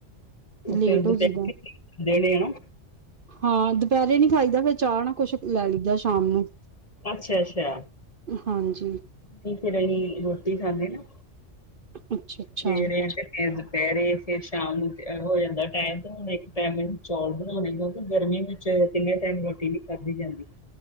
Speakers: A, on the right; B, on the left.
A: ਤੇ ਲੇਟ
B: ਫਿਰ ਦੁਪਹਿਰ
A: ਹੋ ਜਾਂਦੇ ਆ।
B: ਦਿਨੇ ਆ
A: ਹਾਂ ਦੁਪਹਿਰੇ ਨਹੀਂ ਖਾਈਦਾ ਫਿਰ ਚਾਹ ਨਾਲ ਕੁਝ ਲੈ ਲਈਦਾ ਸ਼ਾਮ ਨੂੰ।
B: ਅੱਛਾ ਅੱਛਾ।
A: ਹਾਂਜੀ।
B: ਨਹੀਂ ਫਿਰ ਅਸੀਂ ਰੋਟੀ ਖਾਨੇ ਆਂ।
A: ਅੱਛਾ। ਅੱਛਾ
B: ਤੇ। ਫਿਰ ਦੁਪਹਿਰੇ ਫੇਰ ਸ਼ਾਮ ਨੂੰ ਹੋ ਜਾਂਦਾ ਟਾਈਮ ਤੇ ਹੁਣ ਇੱਕ ਟਾਈਮ ਮੈਨੂੰ ਚੌਲ ਬਣਾਉਣੇ ਪੈਂਦੇ ਆ ਕਿਉਂਕਿ ਗਰਮੀ ਵਿੱਚ। ਫਿਰ ਦੁਪਹਿਰੇ ਫੇਰ ਸ਼ਾਮ ਨੂੰ ਹੋ ਜਾਂਦਾ ਟਾਈਮ ਤੇ ਹੁਣ ਇੱਕ ਟਾਈਮ ਮੈਨੂੰ ਚੌਲ ਬਣਾਉਣੇ ਪੈਂਦੇ ਆ ਕਿਉਂਕਿ ਗਰਮੀ ਵਿੱਚ